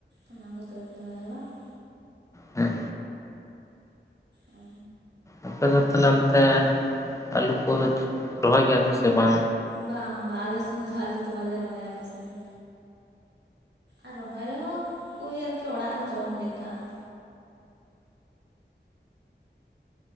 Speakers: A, on the right (about 65°); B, on the left (about 15°).
A: ᱚᱱᱟ ᱠᱚᱛᱮ ᱜᱮ ᱯᱮ ᱨᱚᱦᱚᱭᱟ ᱵᱟᱝ ᱾
B: ᱦᱮᱸ ᱾
A: ᱚ
B: ᱟᱯᱮ ᱫᱚ ᱛᱟᱦᱚᱞᱮ ᱚᱱᱛᱮ ᱟᱞᱩ ᱠᱚᱫᱚ ᱨᱚᱦᱚᱭ ᱜᱮᱭᱟ ᱯᱮ ᱥᱮ ᱵᱟᱝ?
A: ᱵᱟᱝ, ᱵᱟᱝ ᱟᱞᱮ ᱥᱮᱱ ᱫᱚ ᱟᱞᱩ ᱫᱚ ᱵᱟᱞᱮ ᱨᱚᱦᱚᱭᱟ ᱟᱞᱮᱥᱮᱱ ᱾ ᱟᱨ ᱨᱚᱦᱚᱭ ᱨᱮᱦᱚᱸ ᱳᱭ ᱟᱨᱠᱤ ᱚᱲᱟᱜ ᱨᱮ ᱡᱚᱢ ᱞᱮᱠᱟ ᱾